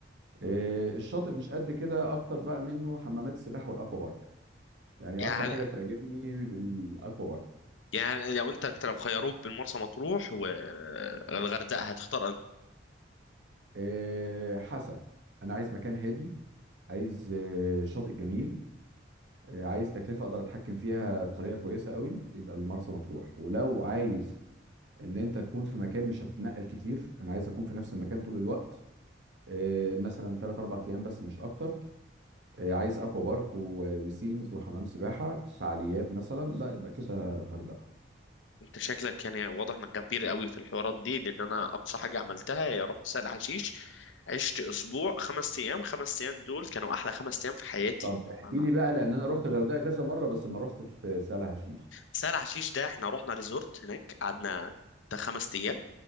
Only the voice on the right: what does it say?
آه، الشاطئ مش قد كده اكتر بقى منه حمامات السباحه والاكوا بارك يعني
اكتر حاجه
بتعجبني الاكوا بارك
آه، حسب انا عايز مكان هادي عايز آه، شاطئ جميل آه، عايز تكلفه اقدر اتحكم فيها بطريقه كويسه قوي يبقى المرسى مطروح ولو عايز ان انت تكون في مكان مش هتتنقل كتير انا عايز اكون في نفس المكان طول الوقت آه، مثلا 3 4 ايام بس مش اكتر آه، عايز اكوا بارك وبيسينز وحمام سباحه فعاليات مثلا لا يبقى كده الغردقه
طب احكي
لي بقى لان انا رحت الغردقه كذا مره بس ما رحتش سهل حشيش